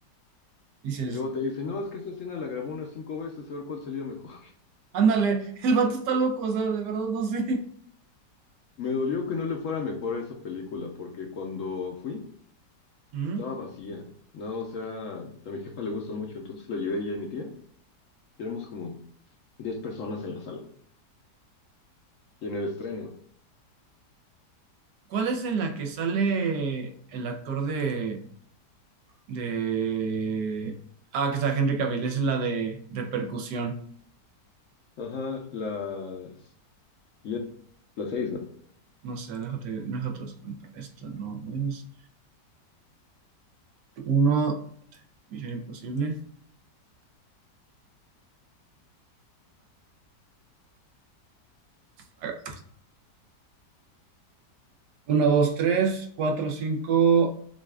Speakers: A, on the right (about 75°); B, on the left (about 60°).
A: Dices,
B: Y luego te dice, no, es que esta escena la grabó unas cinco veces a ver cuál salía mejor.
A: ándale, <laughs> el vato está loco, o sea, de verdad no sé.
B: <laughs> Me dolió que no le fuera mejor a esa película, porque cuando fui,
A: ¿Mm?
B: Estaba vacía. Nada más era, a mi jefa le gusta mucho, entonces la llevé ella y mi tía. Y éramos como 10 personas en la sala. Y en el estreno.
A: ¿Cuál es en la que sale el actor de, de... Ah, que está Henry Cavill, esa es la de repercusión.
B: Ajá, las siete- las seis, ¿no?
A: No sé, déjate, déjate los cuento. Esta no es. Uno, Misión Imposible. Haga. 1, 2, 3, 4, 5,